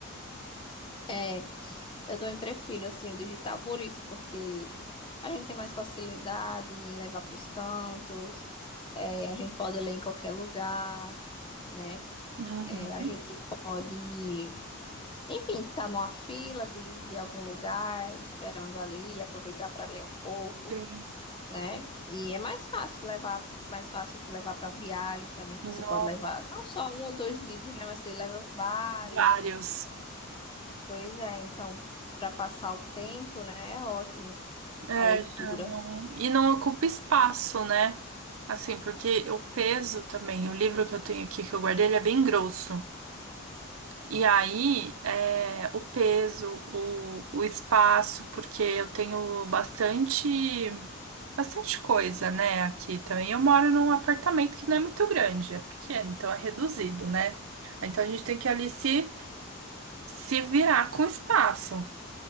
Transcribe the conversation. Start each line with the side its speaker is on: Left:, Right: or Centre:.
Left: É, eu também prefiro, assim, o digital por isso, porque a gente tem mais facilidade em levar para os cantos, é, a gente pode ler em qualquer lugar, né?
Right: Uhum.
Left: É, a gente pode, enfim, estar numa fila de, de algum lugar, esperando ali, e aproveitar para ler um pouco,
Right: Sim.
Left: né? E é mais fácil levar, mais fácil levar para viagens também, que
Right: Nossa,
Left: você pode levar não só um ou dois livros, né? Mas você leva vários
Right: vários.
Left: livros. Pois é, então, para passar o tempo, né? É ótimo
Right: É,
Left: a leitura.
Right: já não. E não ocupa espaço, né? Assim, porque o peso também, o livro que eu tenho aqui que eu guardei, ele é bem grosso. E aí, é, o peso, o, o espaço, porque eu tenho bastante, bastante coisa, né, aqui também. Eu moro num apartamento que não é muito grande, é pequeno, então é reduzido, né? Então a gente tem que ali se, se virar com espaço.